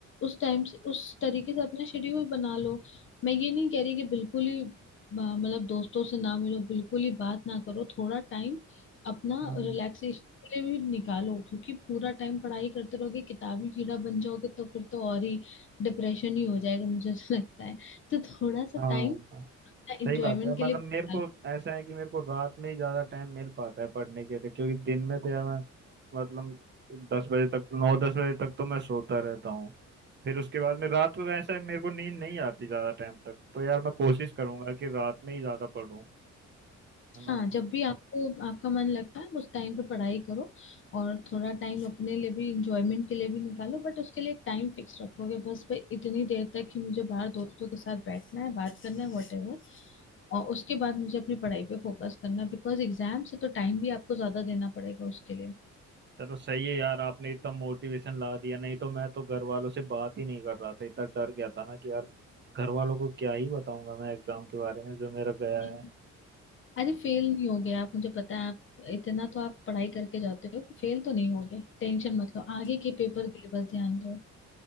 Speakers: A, on the left; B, on the right.
A: उस टाइम से उस तरीके से अपना शेड्यूल बना लो मैं ये नहीं कह रही कि बिल्कुल ही आ, मतलब दोस्तों से ना मिलो बिल्कुल ही बात ना करो थोड़ा टाइम अपना
B: हम्म
A: रिलैक्सेशन के लिए भी निकालो क्योंकि पूरा टाइम पढ़ाई करते रहोगे किताबी कीड़ा बन जाओगे तो फिर तो और ही डिप्रेशन ही हो जाएगा मुझे तो <laughs> लगता है तो थोड़ा सा
B: हाँ
A: टाइम एंजॉयमेंट
B: सही बात है मतलब
A: के लिए
B: मेरे
A: निकालो
B: को ऐसा है कि मेरे को रात में ही ज्यादा टाइम मिल पाता है पढ़ने के लिए क्योंकि दिन में तो यार मैं मतलब दस बजे तक नौ दस बजे तक तो मैं सोता रहता हूँ फिर उसके बाद में रात को ऐसा है मेरे को नींद नहीं आती ज्यादा टाइम तक तो यार मैं कोशिश करूंगा कि रात में ही ज्यादा पढूं है ना
A: हाँ जब भी आपको आपका मन लगता है उस टाइम पे पढ़ाई करो और थोड़ा टाइम अपने लिए भी इंजॉयमेंट के लिए भी निकालो बट उसके लिए टाइम फिक्स रखोगे बस भाई इतनी देर तक ही मुझे बाहर दोस्तों के साथ बैठना है बात करना है वॉटेवर और उसके बाद मुझे अपनी पढ़ाई पे फोकस करना है बिकॉज एग्जाम से तो टाइम भी आपको ज्यादा देना पड़ेगा उसके लिए
B: चलो सही है यार आपने इतना मोटिवेशन ला दिया नहीं तो मैं तो घर वालों से बात ही नहीं कर रहा था इतना डर गया था ना कि यार घर वालों को क्या ही बताऊंगा मैं एग्जाम के बारे में जो मेरा गया
A: नहीं।
B: है
A: अरे फेल नहीं हो गया आप मुझे पता है आप इतना तो आप पढ़ाई करके जाते हो फेल तो नहीं हो गए टेंशन मत लो आगे के पेपर के लिए बस ध्यान दो